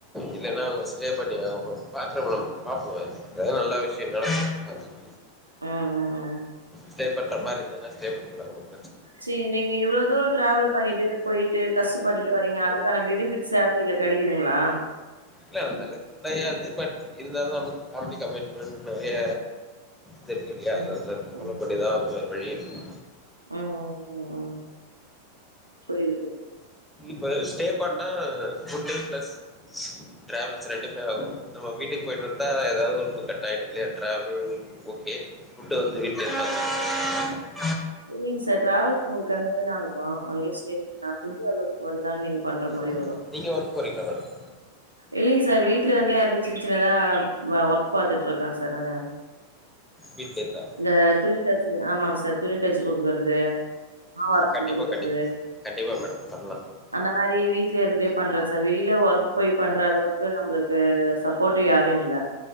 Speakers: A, in the centre; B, on the right.
A: இல்லன்னா அவுங்க ஸ் ஸ்டே பண்ணி ஆகணு பேட்ரகுளம் பாப்புவாய் எவ்ளோ நல்லா விஷயோ நடக்கும் கத்துக்க
B: ஆ ஆ ஆ
A: ஸ்டே பண்ற மாரி இருந்துனா ஸ்டே பண்ணிக்கிறே ஒன்னும்
B: செரி நீங்க இவ்ளோ தூரோ ட்ராவல் பண்ணிட்டு போயிட்டு கஷ்டப்பட்டுட்டு வரீங்க அதுக்கான பெனிஃபிட் சேலரில கெடைக்குதுங்ளா
A: இல்ல அந்தளக்கு கெடையாது பட் இருந்தாலு நமக்கு பேமிலி கமிட்மெண்ட் நெறைய செர்க்கு இல்லையா
B: ம்
A: அத பாலோ
B: ம்
A: பண்ணிதா ஆகணு வேற வழி இருக்கு
B: ம் ம் ஆ ஆ புரியுது புரியு
A: ப்ப ஸ்டே பண்ணா ஃபுட்டு ப்ளஸ் ட்ராவல்ஸ் ரெண்டுக்மே ஆகு நம்ம வீட்டுக்கு பொயிட் ட்ருந்தா எதாவது ஒன்னு கட் ஆயிடு இல்லையா ட்ராவல் ஓகே ஃபுட்டு வந்து வீட்ல <inaudible>
B: இல்லைங்க சார் டிராவல்ஸ் உங்களுக்கு அமையலா இருக்கும் அங்கயே ஸ்டே பண்ணா ஃபுட்டு அலோன்ஸ்க்கு மட்டுந்தான நீங்க பண்ற
A: ஹலோ
B: மாரி வரு
A: நீங்க ஒர்க் போறீங்களா மேடம்
B: இல்லைங்க சார் வீட்ல வந்து அப்டி சின்ன சின்னதா வ ஒர்க் பாத்துட்டு இருக்கே சார் நானு
A: வீட்ல இருந்தா
B: இந்த துணி தச்சிங் ஆமாங்க சார் துணி தச்சு குடுக்கறது மாவு அரச்சு
A: கண்டிப்பா
B: குடுக்கறது
A: கண்டிப்பா கண்டிப்பா மேடம் பண்லா
B: அந்த மாரி வீட்ல இருந்துட்டே பண்றே சார் வெளியில ஒர்க் போய் பண்ற அளவுக்கு நம்மளுக்கு சப் போட்டு யாரு இல்ல